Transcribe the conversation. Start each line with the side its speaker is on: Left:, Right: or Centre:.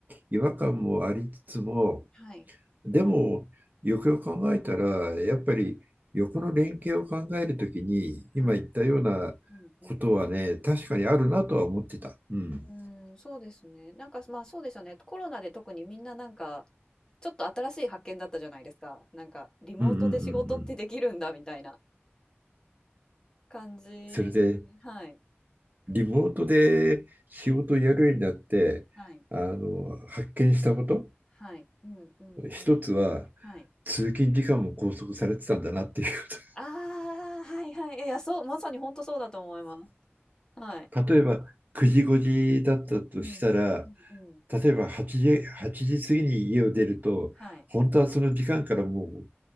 Right: 違和感もありつつも、
Left: はい。
Right: でも、よくよく考えたら、やっぱり横の連携を考えるときに、
Left: うん。はい。
Right: 今言ったようなことはね、
Left: うんうんうん。
Right: 確かにあるなとは思ってた。うん。
Left: うーん、そうですね。なんか、まあそうですよね。コロナで特にみんななんか、ちょっと新しい発見だったじゃないですか。なんか、リモートで仕事ってできるんだみたいな。
Right: うんうんうんうん。
Left: 感じ。
Right: それで、
Left: はい。うん。
Right: リモートで仕事をやるようになって、
Left: はい。
Right: あの、発見したこと、
Left: はい。うんうんうん。
Right: 一つは、
Left: はい。
Right: 通勤時間も拘束されてたんだなっていうこ
Left: ああ、はいはい。いやいや、そう、まさに本当そうだと思います。はい。
Right: と。<laughs> 例えば、9時5時だったとしたら、
Left: うんうん。うんうん。
Right: 例えば8時、8時過ぎに家を出ると、
Left: はい。
Right: 本当はその時間からもう